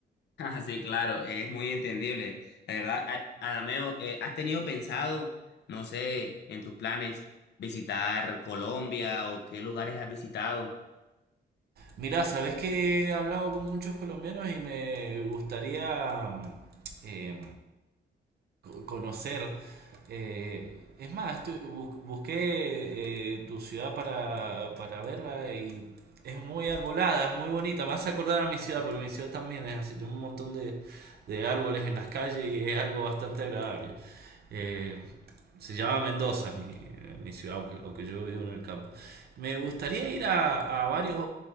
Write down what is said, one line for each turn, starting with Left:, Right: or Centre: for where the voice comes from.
Left: Ah, sí, claro, es muy entendible. La verdad, a- Adameo, eh, ¿has tenido pensado, no sé, en tus planes visitar Colombia o qué lugares has visitado?
Right: Mira, sabes que he hablado con muchos colombianos y me gustaría mm, eh, conocer. Eh, es más, estu- bus- busqué eh, tu ciudad para, para verla y es muy arbolada, es muy bonita. Me hace acordar a mi ciudad, porque mi ciudad también es así, tiene un montón de, de árboles en las calles y es algo bastante agradable. Eh, se llama Mendoza, mi, mi ciudad, aunque, aunque yo vivo en el campo. Me gustaría ir a, a varios